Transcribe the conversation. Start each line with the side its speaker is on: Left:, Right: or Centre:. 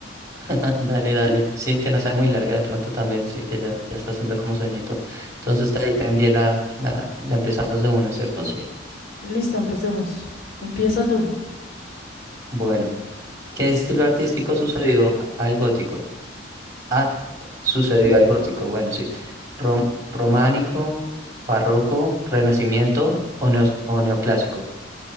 Right: <laughs> Dale, dale. Sí, que no sea muy larga de pronto también, sí que ya, ya está haciendo como sueñito. Entonces de ahí te envié la, la, la empezamos de una, ¿cierto? Sí.
Left: Listo, empecemos. Empieza tú.
Right: Bueno, ¿qué estilo artístico sucedió a- al gótico? Ah, sucedió al gótico, bueno, sí. Rom- románico, barroco, renacimiento o, neos- o neoclásico.